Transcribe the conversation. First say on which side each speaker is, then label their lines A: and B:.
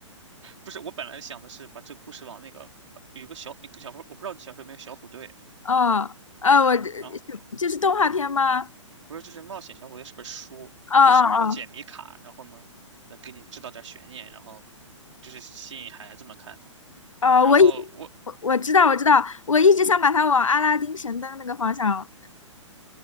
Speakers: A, on the right (about 70°); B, on the left (about 80°).
A: 不是，我本来想的是把这个故事往那个呃有一个小，一个小伙，我不知道你小时候有没有小虎队，
B: 嗯，呃，我这
A: 然后
B: 这是动画片吗？
A: 不是就是冒险小虎队是本书，
B: 哦哦
A: 就上面有个解谜卡，然后呢能给你制造点悬念，然后就是吸引孩子们看的。
B: 哦，
A: 然后我
B: 哦，我一我我知道我知道，我一直想把它往阿拉丁神灯那个方向，